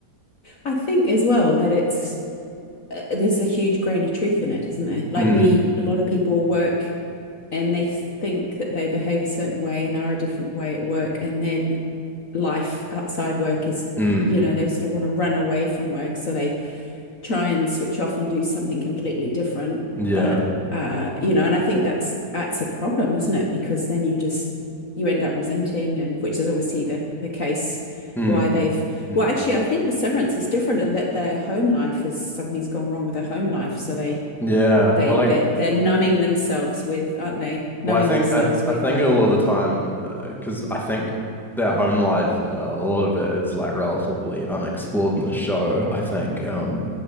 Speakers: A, on the left; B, in the centre.
A: I think as well that it's uh, there's a huge grain of truth in it, isn't there? Like
B: Mm,
A: we, a lot of people work and they think that they behave a certain way and are a different way at work, and then life outside work is,
B: mm.
A: you know, they sort of want to run away from work, so they try and switch off and do something completely different.
B: Yeah.
A: But uh, you know, and I think that's that's a problem, isn't it? Because then you just you end up resenting, and which is obviously the the case
B: Mm,
A: why they've
B: mm.
A: well, actually, I think with Severance is different in that their home life is something's gone wrong with their home life, so they
B: Yeah.
A: they
B: Well, I
A: they they're numbing themselves with, aren't they? Numbing
B: Well, I think
A: themselves
B: I, th
A: with
B: I think
A: uh
B: a lot of the time, because I think their home life, uh, a lot of it is like relatively unexplored in the show. I think, um,